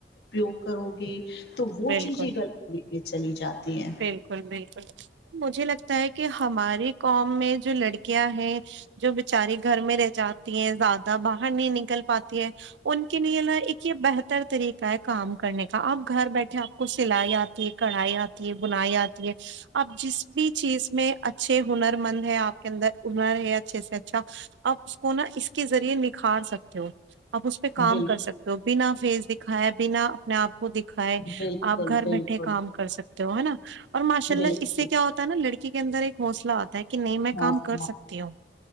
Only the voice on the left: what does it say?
پریوگ کرو گے تو وہ
چیزیں گلی میں چلی جاتی ہیں
بال
بالکل
بالکل
بالکل
ہاں